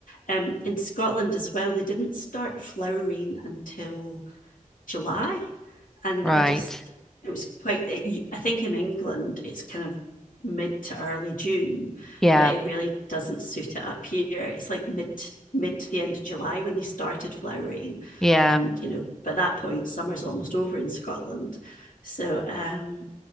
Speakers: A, on the left; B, in the centre.
A: Um, in Scotland as well, they didn't start flowering until July. And
B: Right.
A: I just, it was quite, it, I think in England, it's kind of mid to early June,
B: Yeah.
A: but it really doesn't suit it up here. It's like mid, mid to the end of July when they started flowering.
B: Yeah.
A: And, you know, by that point, summer's almost over in Scotland. So, um,